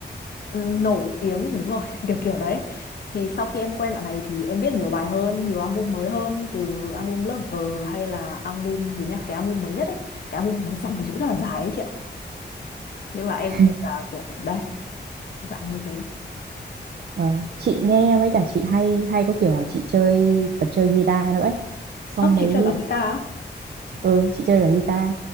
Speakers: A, on the left; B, on the right.
A: ừ, nổi tiếng đúng rồi <laughs> kiểu kiểu đấy thì sau khi em quen bạn này thì em biết nhiều bài hơn nhiều album mới hơn từ album Lover hay là album gì nhá cái album mới nhất ấy cái album một dòng chữ rất là dài ấy chị ạ nhưng mà em
B: <laughs>
A: cũng là kiểu đấy dạng như thế
B: Ờ, chị nghe với cả chị hay hay có kiểu là chị chơi tập chơi guitar nữa ấy. Xong
A: ơ chị
B: mấy
A: chơi cả guitar á
B: ừ chị chơi cả guitar